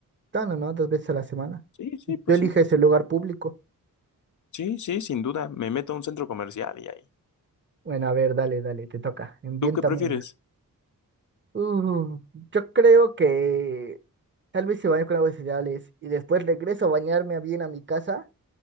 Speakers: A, on the right (about 30°); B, on the left (about 60°).
A: Tan o no, dos veces a la semana.
B: Sí, sí,
A: Y tú
B: pues
A: eliges
B: sí,
A: el lugar público.
B: sí, sí, sin duda, me meto a un centro comercial y ahí.
A: Bueno, a ver, dale, dale, te toca. Envienta
B: ¿Tú qué prefieres?
A: mona. Uh, yo creo que tal vez se baño con aguas cereales y después regreso a bañarme bien a mi casa.